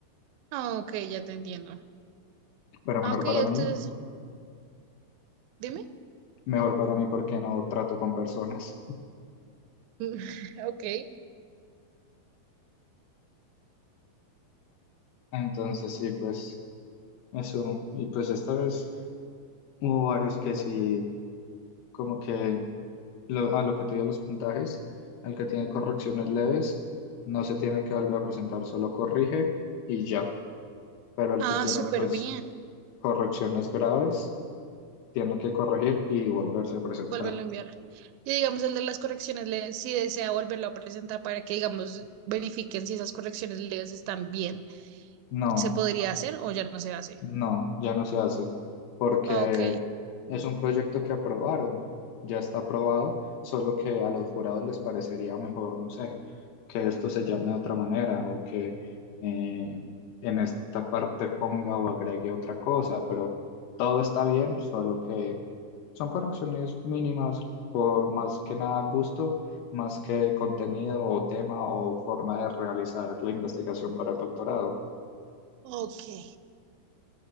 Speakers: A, on the right (about 85°); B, on the left (about 75°).
A: Ah, ok, ya te entiendo.
B: Pero
A: Ah,
B: mejor
A: ok,
B: para
A: entonces,
B: mí,
A: dime.
B: mejor para mí porque no trato con personas. <laughs>
A: <laughs> Ok.
B: Entonces sí, pues eso. Y pues esta vez hubo varios que sí, como que lo- a lo que te dio los puntajes, el que tiene correcciones leves, no se tiene que volver a presentar, solo corrige y ya. Pero el
A: Ah,
B: que tiene
A: para súper
B: pues
A: bien.
B: correcciones graves, tiene que corregir y volverse a presentar.
A: Vuélvelo a enviar. Y digamos, el de las correcciones, le, si desea volverlo a presentar para que, digamos, verifiquen si esas correcciones leves están bien.
B: No,
A: ¿Se podría hacer o ya no se hace?
B: No, ya no se hace, porque
A: Ok,
B: es un proyecto que aprobaron, ya está aprobado, solo que a los jurados les parecería mejor, no sé, que esto se llame de otra manera o que eh, en esta parte ponga o agregue otra cosa, pero todo está bien, solo que son correcciones mínimas por más que nada gusto, más que contenido o tema o forma de realizar la investigación para el doctorado.
A: ok.